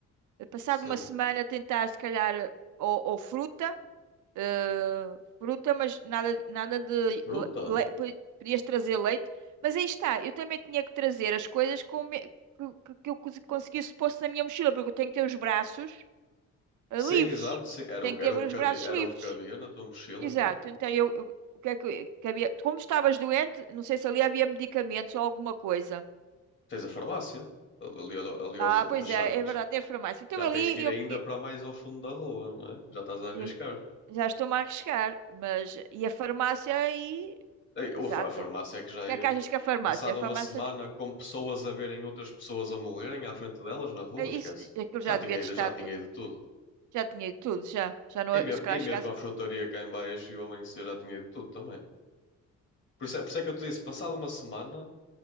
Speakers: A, on the right; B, on the left.
A: eh, passado
B: Sim.
A: uma semana tentar se calhar eh, ou, ou fruta, eh, fruta, mas nada, nada de
B: Fruta?
A: le- le- po- podias trazer leite, mas aí está, eu também tinha que trazer as coisas com, me- que, que, que eu cons- conseguisse pôr na minha mochila, porque eu tenho que ter os braços eh,
B: Sim,
A: livres,
B: exato, sim. Era
A: tenho
B: o,
A: que
B: era
A: ter
B: o que
A: os braços
B: havia, era
A: livres.
B: o que havia na tua mochila,
A: Exato,
B: não é?
A: então eu, eu- o que é que, que havia, como estavas doente, não sei se ali havia medicamentos ou alguma coisa.
B: Tens a farmácia ali, ali, ali
A: Ah,
B: ao fundo,
A: pois
B: mas
A: é,
B: já,
A: é verdade, tem a farmácia. Então
B: Já
A: ali
B: tens que ir
A: eu,
B: ainda
A: eu-
B: para mais ao fundo da rua, não é? Já estás a
A: eu-
B: arriscar.
A: já estou-me a arriscar, mas e a farmácia aí?
B: Ei, ou
A: Exato.
B: a fa- a farmácia
A: O
B: é que já
A: que
B: ia.
A: é que achas que a farmácia?
B: Passada
A: A farmácia,
B: uma semana com pessoas a verem outras pessoas a morrerem à frente delas na rua,
A: é isso,
B: esquece.
A: aquilo já
B: Já tinha
A: devia ter
B: ido,
A: estado,
B: já tinha ido tudo.
A: já tinha ido tudo, já, já não,
B: E, me-
A: se calhar
B: e
A: chegasse.
B: mesmo a frutaria cá em baixo e o amanhecer já tinha ido tudo também. Por isso é, por isso é que eu te disse, passada uma semana,